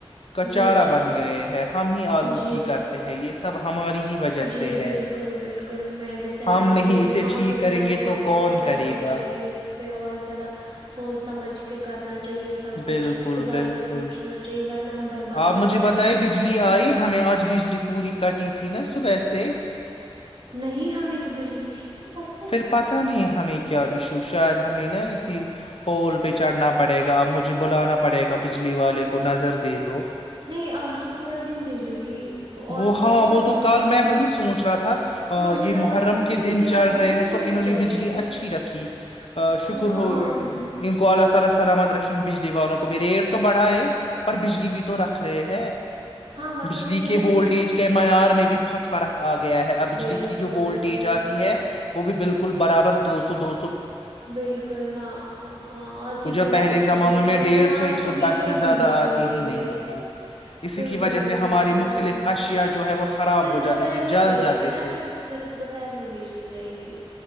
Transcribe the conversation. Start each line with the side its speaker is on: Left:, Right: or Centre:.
Left: کا
Right: جی
Left: چارہ
Right: جی
Left: بن گئے ہے ہم ہی آلودگی
Right: جی
Left: کرتے ہیں یہ سب ہماری ہی وجہ سے
Right: جی بالکل
Left: ہے
Right: بالکل میں بھی سہمت
Left: ہم نہیں
Right: ہوں انسان
Left: اسے ٹھیک
Right: کو ذرا
Left: کریں گے
Right: غور
Left: تو
Right: و
Left: کون
Right: فکر کرنا
Left: کرے گا
Right: چاہیے اس پہ اور ذرا سوچ سمجھ کہ کرنا چاہیے سب کچھ
Left: بالکل
Right: اس کے بارے
Left: بالکل
Right: میں سوچنا چاہیے ورنہ ہم بربادی
Left: آپ مجھے
Right: کی طرف
Left: بتائے
Right: جا
Left: بجلی
Right: رہے ہیں
Left: آئی ہمیں آج بجلی پوری کٹی تھی تھی نا صبحسے
Right: نہیں ہمیں تو بجلی تھی صبح سے
Left: پھر پتہ نہیں ہمیں کیا ایشو شاید ہمیں نا اسی پول پہ چڑھنا پڑے گا مجھے بلانا پڑے گا بجلی والے کو نظر دتے تو <inaudible>
Right: نہیں آج تو پورا دن بجلی تھی اور تو اور مجھ- مجھے لگا تھا کہ گیارہ بجے چلی جائے گی ہاں ہاں
Left: بجلی والوں کو بھی ریٹ تو بڑھا ہے پر بجلی بھی تو تو رکھ رہے ہے
Right: ہاں، مطلب
Left: بجلی
Right: میں کہہ
Left: کے
Right: رہی
Left: وولٹیج
Right: ہوں کہ
Left: کے معیار میں بھی بہت فرق آ گیا ہے بجلی
Right: بالکل
Left: کی جو وولٹیج
Right: بالکل
Left: آتی ہے وہ بھی بالکل برابر دو سو دوو
Right: بالکل ہاں ہاں آتی
Left: جو
Right: تو
Left: پہلے
Right: ہے اچھی
Left: زمانوں
Right: بجلی
Left: میں
Right: لیکن
Left: ڈیڑھ سو
Right: آج
Left: ایک سو
Right: تو بالکل
Left: دس سے زیادہ
Right: بھی بجلی
Left: آتی
Right: نہیں
Left: ہی
Right: گئی
Left: تھی اسی
Right: بالکل
Left: کی وجہ
Right: بھی
Left: سے ہماری
Right: بجلی
Left: مختلف
Right: نہیں گئی
Left: اشیاء جو ہے وہ خراب
Right: صرف
Left: ہو
Right: دوپہر
Left: جاتے تھے جل
Right: میں گئی
Left: جاتے
Right: تھی نا
Left: تھے
Right: پھر صرف دوپہر میں بجلی گئی تھی